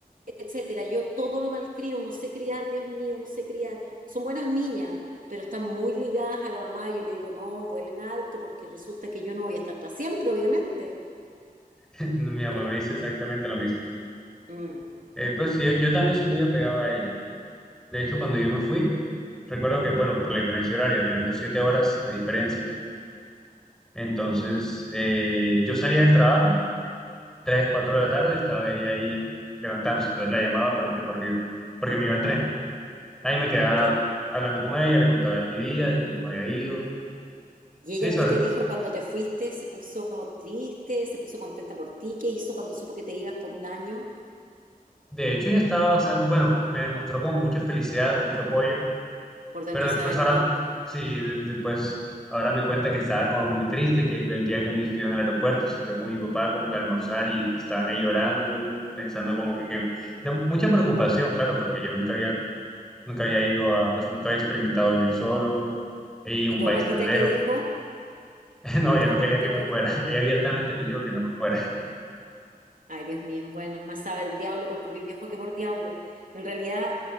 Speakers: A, on the right (about 60°); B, in the centre.
A: etcétera. Yo todo lo malcrio, no sé criar, Dios mío, no sé criar. Son buenas niñas, pero están muy ligadas a la mamá. Yo le digo, no, vuelen alto, porque resulta que yo no voy a estar para siempre, obviamente.
B: <laughs> mi mamá
A: Pero,
B: me dice exactamente lo mismo.
A: mm,
B: Eh, pues yo, yo también soy muy apegado a ella. De hecho, cuando yo me fui, recuerdo que, bueno, por la diferencia horaria, teníamos siete horas de diferencia. Entonces, eh, yo salía del trabajo 3 4 de la tarde estaba ella ahí levantándose, entonces la llamaba para el recorrido, porque me iba en tren. Ahí me quedaba
A: ay,
B: hablando con ella, le contaba de mi día, de cómo me había ido.
A: ¿y
B: Sí,
A: ella
B: sobre
A: qué te
B: todo.
A: dijo cuando te fuiste? ¿Se puso triste? ¿Se puso contenta por ti? ¿Qué hizo cuando supo que te ibas por un año?
B: De hecho, ella estaba bastante, bueno, me demostró como mucha felicidad, mucho apoyo,
A: Por dentro
B: pero después
A: se va a haber
B: ahora,
A: muerto.
B: sí, de- después, ahora me cuenta que estaba como muy triste, que el día que me despidió en el aeropuerto se fue con mi papá como que a almorzar y estaban ahí llorando, pensando como que, que de mucha preocupación, claro, porque yo nunca había nunca había ido a, pues nunca había experimentado vivir solo y un
A: ¿Y tu
B: país
A: abuelita
B: tan lejos.
A: qué dijo?
B: <laughs> No,
A: ¿Y
B: yo
A: tu
B: no
A: abuelita
B: quería que me
A: qué
B: fuera.
A: dijo?
B: <laughs> Ella abiertamente me dijo que no me fuera. <laughs>
A: Ay, Dios mío, bueno, más sabe el diablo por viejo que por diablo. En realidad,